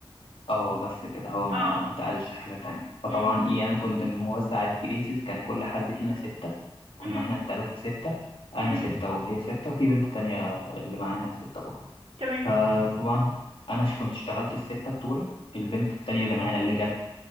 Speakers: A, on the left (about 70°); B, on the right (about 80°).
A: اه بس كده هو ما
B: اه
A: ما اتقالش حاجة تانية فطبعا
B: مم.
A: ايه انا كنت موزع الكيسز كان كل حد فينا ستة كنا
B: مم.
A: احنا التلاتة ستة انا
B: مم.
A: ستة وهي ستة وفي بنت تانية اللي معانا ستة برضه
B: تمام
A: فطبعا انا ش- كنت اشتغلت الستة بتوعي البنت التانية اللي معانا اللي جت